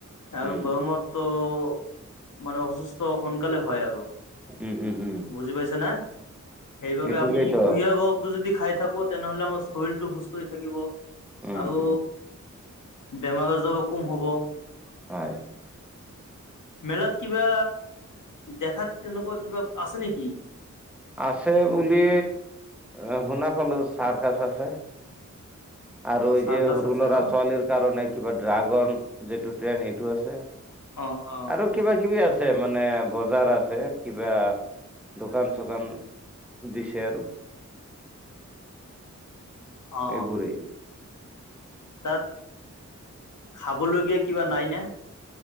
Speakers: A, on the left; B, in the centre.
A: আৰু
B: উম
A: গৰমতটো অঁ, মানুহ অসুস্থ সোনকালে হ'য় আৰু।
B: উম উম উম
A: বুজি পাইছা না? সেইবাবে
B: এইটোকেইতো
A: আমি কুহিয়া ৰসটো যদি খাই থাকো তেনেহ'লে আমাৰ শৰীৰটো সুস্থ হৈ থাকিব
B: উম
A: আৰু
B: উম
A: বেমাৰ- আজাৰো কম হ'ব।
B: হয়
A: মেলাত কিবা দেখাত তেনেকুৱা কিবা আছে নেকি?
B: আছে বুলি অঁ শুনা পালো। চাৰ্কাছ আছে। আৰু
A: অ
B: এই
A: চাৰ্কাছ
B: যে সৰু
A: আছে
B: ল'ৰা
A: ন
B: -ছোৱালীৰ কাৰণে কিবা, ড্ৰাগন যিটো টেণ্ড সেইটো আছে।
A: অ অ
B: আৰু কিবা- কিবি আছে মানে বজাৰ আছে কিবা দোকান- চোকান দিছে আৰু।
A: অ
B: এইবোৰেই।
A: তাত, খাবলগীয়া কিবা নাই না?